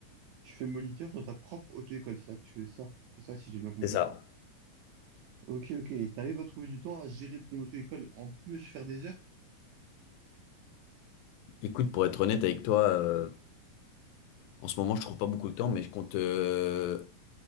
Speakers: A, on the right; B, on the left.
A: tu fais moniteur dans ta propre auto-école, c'est ça que tu fais ça. C'est ça, si j'ai bien compris.
B: C'est ça.
A: Ok, ok, et t'arrives à trouver du temps à gérer ton auto-école, en plus faire des heures?
B: Écoute, pour être honnête avec toi, euh, en ce moment, je trouve pas beaucoup de temps, mais je compte euh,